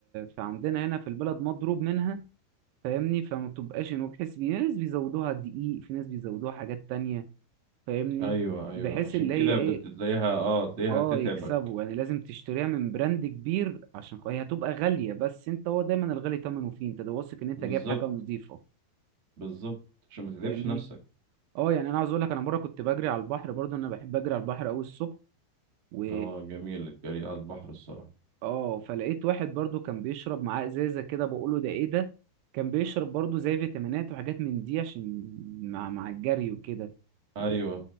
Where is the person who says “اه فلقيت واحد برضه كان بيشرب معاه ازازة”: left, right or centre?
Right